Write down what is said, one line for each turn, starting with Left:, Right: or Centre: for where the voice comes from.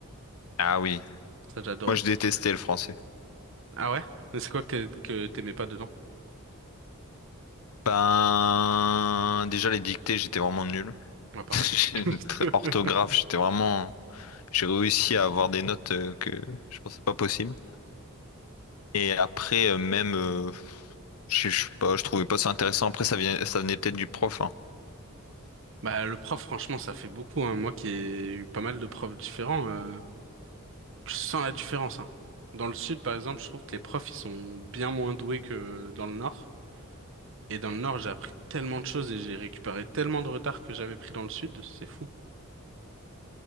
Left: ah oui,
Right: Ça, j'adorais.
Left: moi je détestais le français.
Right: Ah ouais? Mais c'est quoi que t'ai- que t'aimais pas dedans?
Left: Ben, déjà les dictées, j'étais vraiment nul. <laughs>
Right: Moi, pareil.
Left: J'ai
Right: <laughs>
Left: une tr- Orthographe, j'étais vraiment. J'ai réussi à avoir des notes euh, que je pensais pas possible. Et après, euh, même, euh, je je sais pas, je trouvais pas ça intéressant. Après, ça vient- ça venait peut-être du prof, hein.
Right: Bah, le prof, franchement, ça fait beaucoup, hein. Moi qui ai eu pas mal de profs différents. euh, Je sens la différence, hein. Dans le sud, par exemple, je trouve que les profs, ils sont bien moins doués que dans le nord. Et dans le nord, j'ai appris tellement de choses et j'ai récupéré tellement de retard que j'avais pris dans le sud, c'est fou.